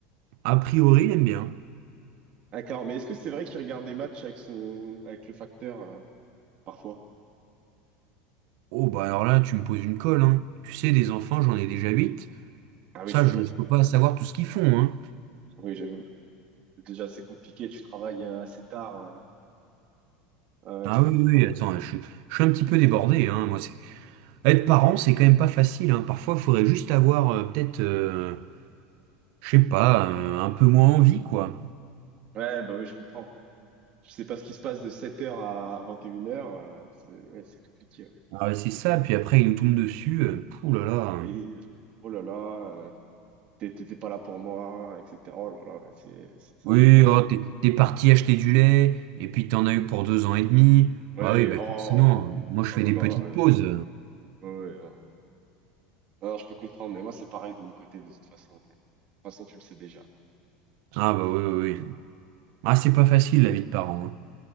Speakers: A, on the right (about 65°); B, on the right (about 45°).
A: a priori, il aime bien.
B: D'accord. Mais est-ce que c'est vrai qu'il regarde des matchs avec son, avec le facteur euh, parfois?
A: Oh bah alors là, tu me poses une colle. hein. Tu sais, des enfants, j'en ai déjà huit.
B: Ah oui,
A: Ça,
B: c'est
A: je
B: vrai.
A: ne peux pas savoir tout ce qu'ils font. hein.
B: Ah Oui, j'avoue. C'est Déjà, c'est compliqué. Tu travailles euh, assez tard. euh. Ah ouais,
A: Ah
B: je peux
A: oui,
B: comprendre.
A: oui, oui, attends, je, suis je suis un petit peu débordé. hein. Moi, c'est Être parent, c'est quand même pas facile, hein. Parfois, il faudrait juste avoir euh, peut-être, euh, je sais pas, euh, un peu moins envie, quoi.
B: Ouais, bah oui, je comprends. Je sais pas ce qui se passe de sept heures à 21h. C'est ouais, c'est compliqué.
A: Ah, ouais, c'est ça, puis après, il nous tombe dessus. euh, pouh là là.
B: ouais. Et, euh, oh là là, euh, t'é- t'étais pas là pour moi, etc. Oh là là, ouais, c'est c'est- c'est
A: Oui,
B: embêtant.
A: oh, t'es, t'es parti acheter du lait, et puis t'en as eu pour deux ans et demi.
B: Ouais,
A: Bah oui, bah
B: oh,
A: forcément, moi je
B: oh
A: fais
B: là
A: des
B: là.
A: petites
B: Ouais,
A: pauses.
B: ouais, ouais. oh. Non, je peux comprendre, mais moi, c'est pareil de mon côté, de toute façon. ouais. De toute façon, tu le sais déjà.
A: Ah bah oui, oui, oui. Ah, c'est pas facile la vie de parent. hein.